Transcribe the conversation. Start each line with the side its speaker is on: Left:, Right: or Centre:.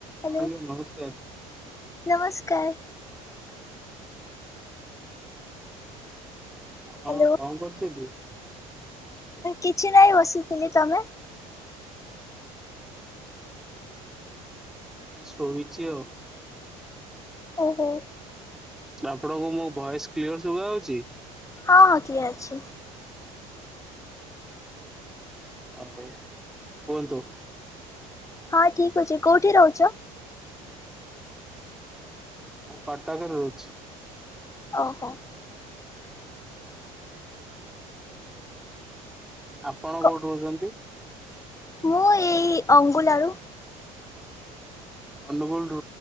Left: ହ୍ୟାଲୋ
Centre: ହଁ ଆଜ୍ଞା ନମସ୍କାର।
Left: ନମସ୍କାର।
Centre: ହଁ
Left: ହ୍ୟାଲୋ
Centre: କଣ କରୁଛ ତୁ?
Left: କିଛି ନାହିଁ ବସିଥିଲି ତମେ?
Centre: ଶୋଇଛି ଆଉ।
Left: ଓହୋ।
Centre: ଆପଣଙ୍କୁ ମୋ ଭଏସ କ୍ଲିଅର ଶୁଭା ଯାଉଛି?
Left: ହଁ ହଁ କିଏ ଅଛି?
Centre: ହଉ କୁହନ୍ତୁ।
Left: ହଁ ଠିକ ଅଛି କୋଉଠି ରହୁଛ?
Centre: କଟକ ରେ ରହୁଛି।
Left: ଓହୋ।
Centre: ଆପଣ କୋଉଠି
Left: କ
Centre: ରହୁଛନ୍ତି?
Left: ମୁଁ ଏଇ ଅଙ୍ଗୁଲା ରୁ
Centre: ଅନୁଗୋଳ